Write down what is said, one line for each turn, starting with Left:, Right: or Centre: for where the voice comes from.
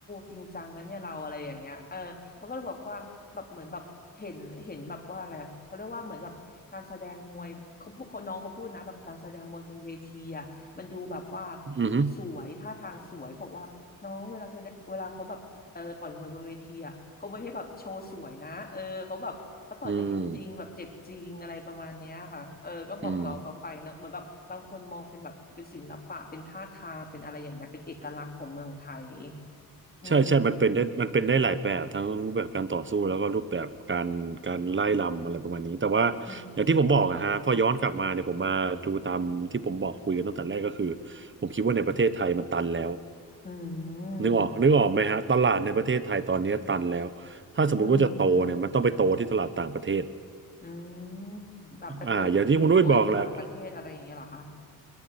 Left: จริงจังนะเนี่ยเราอะไรอย่างเงี้ยเออ เขาก็เลยบอกว่าแบบเหมือนแบบเห็นเห็นแบบว่าอะไรเขาเรียกว่าเหมือนแบบการแสดงมวยเขาพูดเขาน้องเขาพูดนะแบบการแสดงมวยบนเวทีอ่ะมันดูแบบว่า
Right: อืมอหื
Left: สวยท่าทางสวยบอกว่าน้องเวลาแสดงเวลาเขาแบบเออต่อยมวยบนเวทีอ่ะเขาไม่ได้แบบโชว์สวยนะเออเขาแบบเขาต่อยกันจริงๆแบบเจ็บจริงอะไรประมาณเนี้ยค่ะเออก็บอกน้องเขาไปเนอะเหมือนแบบบางคนมองเป็นแบบเป็นศิลปะเป็นท่าทางเป็นอะไรอย่างเงี้ยเป็นเอกลักษณ์ของเมืองไทย
Right: อืมอืม
Left: อืม
Right: ใช่ใช่มันเป็นได้มันเป็นได้หลายแบบทั้งรูปแบบการต่อสู้แล้วก็รูปแบบการการไล่ลำอะไรประมาณนี้ แต่ว่าอย่างที่ผมบอกอะฮะพอย้อนกลับมาเนี่ยผมมาดูตามที่ผมบอกคุยกันตั้งแต่แรกก็คือ
Left: ใช่
Right: ผมคิดว่าในประเทศไทยมันตันแล้ว
Left: อืม
Right: นึกออกนึกออกไหมฮะตลาดในประเทศไทยตอนนี้ตันแล้วถ้าสมมติว่าจะโตเนี่ยมันต้องไปโตที่ตลาดต่างประเทศ
Left: อืม อืมแบบไปเปิดยิมมวยที่ต่างประเทศอะไรอย่างเงี้ยเหรอคะ
Right: อ่าอย่างที่คุณนุ้ยบอกแหละ